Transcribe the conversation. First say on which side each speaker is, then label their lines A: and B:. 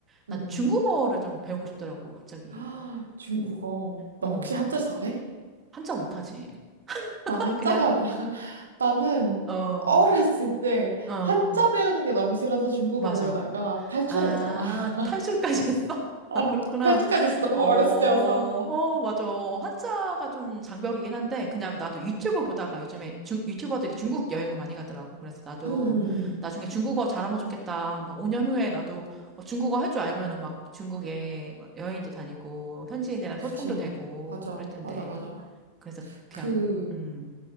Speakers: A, on the right (about 20°); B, on the right (about 70°).
A: 난
B: 응,
A: 중국어를
B: 응.
A: 좀 배우고 싶더라고, 갑자기.
B: 아, 중국어.
A: 어,
B: 나 혹시 한자 잘해?
A: 한자 못하지. <laughs>
B: 나 한자가,
A: 그냥,
B: <laughs> 나는
A: 어,
B: 어렸을 때
A: 어,
B: 한자 배우는 게 너무 싫어서 중국어
A: 맞아.
B: 배우다가 탈출했잖아.
A: 아,
B: <laughs>
A: 탈출까지 했어? <laughs>
B: 어,
A: 아, 그렇구나.
B: 탈출까지 했어. 너무
A: 어, 어,
B: 어렸을 때여서.
A: 맞아. 한자가 좀 장벽이긴 한데, 그냥 나도 유튜브 보다가 요즘에 중, 유튜버들이 중국 여행을 많이 가더라고. 그래서 나도
B: 응응응.
A: 나중에 중국어 잘하면 좋겠다. 막 5년 후에 나도 어, 중국어 할 줄 알면은 막 중국에 막 여행도 다니고, 현지인이랑
B: 그지.
A: 소통도 되고,
B: 맞아,
A: 그럴 텐데.
B: 맞아, 맞아.
A: 그래서 그냥,
B: 그,
A: 음,